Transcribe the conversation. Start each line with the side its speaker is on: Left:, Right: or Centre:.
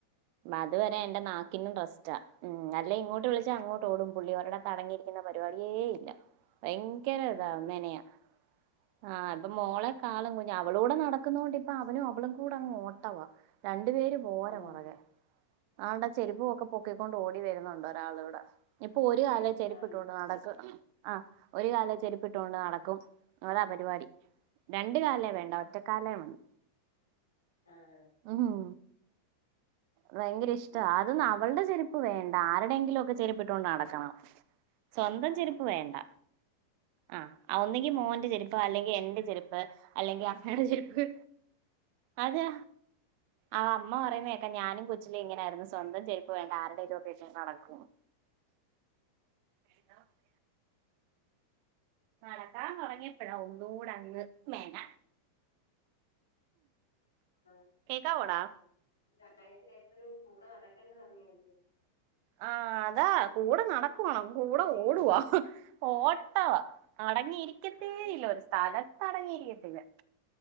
Right: അത് വരെ എന്റെ നാക്കിനും റെസ്റ്റാ ഉം അല്ലേ ഇങ്ങോട്ട് വിളിച്ചാ അങ്ങോട്ടോടും. പുള്ളി ഒരിടത്തു അടങ്ങിയിരിക്കുന്ന പരിപാടിയേ ഇല്ല ഭയങ്കര
Left: ആഹ്
Right: ഇതാ മെനയാ. ആഹ് ഇപ്പൊ മോളെക്കാളും കുഞ്ഞാ അവളൂടെ നടക്കുന്നോണ്ട് ഇപ്പ അവനും അവളും കൂടെ അങ്ങ് ഓട്ടവാ. രണ്ടു പേര് പോര
Left: ആഹ്
Right: പൊറകേ ആണ്ടെ ചെരിപ്പോവൊക്കെ. പൊക്കിക്കൊണ്ട് ഓടി വരുന്നുണ്ട് ഒരാളിവടെ ഞ്ഞിപ്പൊ ഒരു കാലേ ചെരിപ്പിട്ടോണ്ട്
Left: ആണ്
Right: നടക്കും ആഹ്. ഒരു കാലേ
Left: ആഹ്
Right: ചെരുപ്പിട്ടോണ്ട് നടക്കും ങ്ങനാ പരിപാടി. രണ്ട് കാലേ
Left: ആഹ്
Right: വേണ്ട ഒറ്റക്കാലേ മതി.
Left: ആഹ്
Right: ഉഹും ഭയങ്കര ഇഷ്ടാ
Left: പിന്നെ
Right: അതും അവള്ടെ ചെരുപ്പ പ്പ് വേണ്ട ആരുടെങ്കിലൊക്കെ ചെരിപ്പിട്ടോണ്ട് നടക്കണം. സ്വന്തം
Left: ആഹ്
Right: ചെരുപ്പ് വേണ്ട ആഹ് ഒന്നെങ്കി മോന്റെ ചെരുപ്പ് അല്ലെങ്കി എന്റെ ചെരുപ്പ്. അല്ലെങ്കി അമ്മേടെ ചെരുപ്പ്. അതേ ആ അമ്മ പറയുന്നേക്കാ ഞാനും കൊച്ചിലെ ഇങ്ങനായിരുന്നു. സ്വന്തം ചെരുപ്പ് വേണ്ട ആരുടേങ്കിലൊക്കെ ഇട്ടോണ്ട് നടക്കും. <inaudible> നടക്കാൻ തൊടങ്ങിയപ്പെഴാ ഒന്നൂടെ അങ്ങ് മെന.
Left: അതെ
Right: കേക്കാവോടാ
Left: ആ പ്രായത്തില് എപ്പോഴും കൂടെ നടക്കണ്ടെ സമയല്ലെ.
Right: ആഹ് അതാ കൂടെ നടക്കുവാണോ കൂടെ
Left: എന്തെങ്കിലും
Right: ഓടുവാ. ഓട്ടവ അടങ്ങിയിരിക്കത്തേയില്ല
Left: ആഹ്
Right: ഒരു സ്ഥലത്ത് അടങ്ങിയിരിക്കത്തില്ല.